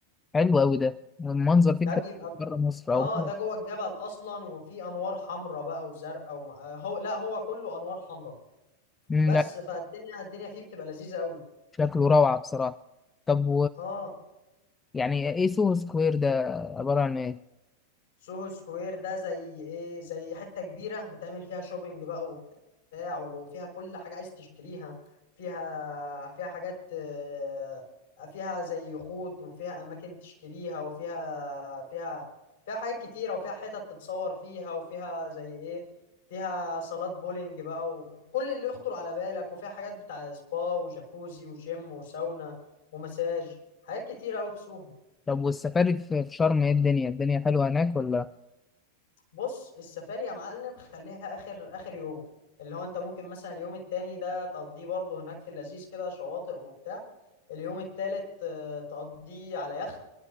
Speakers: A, on the left; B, on the left.
A: حلو قوي ده المنظر فيه
B: ده
A: تحس
B: بيبقى
A: بره مصر
B: اه
A: او بره.
B: ده جوه الجبل اصلا وفي انوار حمراء بقى وزرقاء وم... آه، هو لا هو كله انوار حمراء
A: مم،
B: بس
A: لا
B: فالدنيا الدنيا فيه بتبقى لذيذة قوي
A: شكله روعة بصراحة طب
B: اه
A: يعني ايه سوهو سكوير ده عبارة عن ايه
B: سوهو سكوير ده زي ايه زي حتة كبيرة بتعمل فيها شوبينج بقى وبتاع وفيها كل حاجة عايز تشتريها فيها فيها حاجات آه، فيها زي خوط وفيها أماكن تشتريها وفيها فيها فيها حاجات كتيرة وفيها حتت تتصور فيها وفيها زي ايه فيها صالات بولينج بقى وكل اللي يخطر على بالك وفيها حاجات بتاع سبا وجاكوزي وجيم وساونا ومساج حاجات كتيرة أوي في سوهو
A: طب والسفاري في في شرم ايه الدنيا الدنيا حلوة هناك ولا
B: بص السفاري يا معلم خليها اخر اخر يوم اللي هو انت ممكن مثلا اليوم التاني ده تقضيه برضه هناك في اللذيذ كده شواطئ وبتاع اليوم التالت آه، تقضيه على يخت